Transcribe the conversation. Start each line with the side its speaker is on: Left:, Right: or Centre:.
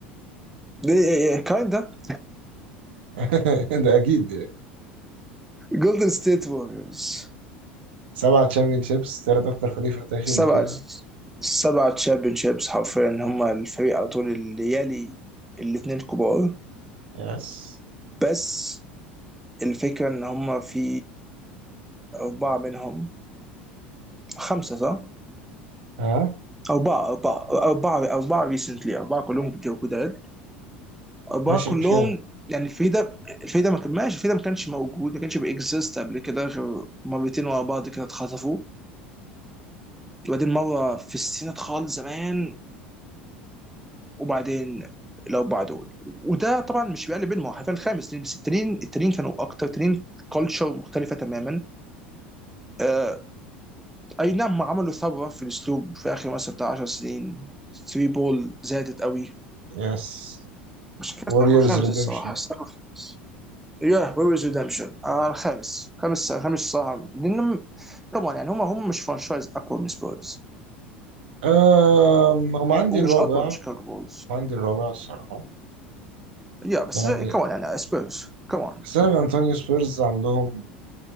Centre: إيه، إيه، كايندا <laughs>
Right: <laughs> ده أكيد يعني
Centre: جولدن ستيت ووريرز <laughs>
Right: سبعة تشامبيون شيبس تالت أكتر فريق في تاريخ
Centre: سبعة
Right: البطولة
Centre: سبعة تشامبيون شيبس حرفيا هم الفريق على طول اللي يلي الاثنين الكبار
Right: يس
Centre: بس الفكرة ان هم في أربعة منهم خمسة صح؟
Right: ها
Centre: أربعة أربعة أربعة أربعة ريسنتلي أربعة كلهم جداد أربعة
Right: ماشي
Centre: كلهم
Right: مش كده
Centre: يعني الفريق ده الفريق ده ما كان ماشي الفريق ده ما كانش موجود ما كانش بيكزيست قبل كده غير مرتين ورا بعض كده اتخطفوا وبعدين مرة في السنة خالص زمان وبعدين الاربعه دول وده طبعا مش بيقلب بينهم هو حرفيا الخامس لأن بس التنين التنين كانوا اكتر تنين كلتشر مختلفه تماما آه اي نعم عملوا ثوره في الاسلوب في اخر مثلا بتاع 10 سنين 3 بول زادت قوي
Right: يس
Centre: مش فاكر
Right: ووريرز
Centre: الساق الخامس
Right: ريديمشن
Centre: الصراحه الساق الخامس يا وي ويز ريدمشن آه الخامس خامس خامس صراحه لان طبعا يعني هم هم مش فرانشايز اقوى من سبيرز
Right: أم هم عندي
Centre: ومش
Right: الرابع
Centre: اقوى من شيكاغو بولز
Right: عندي الرابع الصراحة
Centre: يا بس
Right: يعني
Centre: كمان يعني سبيرز كمان
Right: سان أنطونيو سبيرز عندهم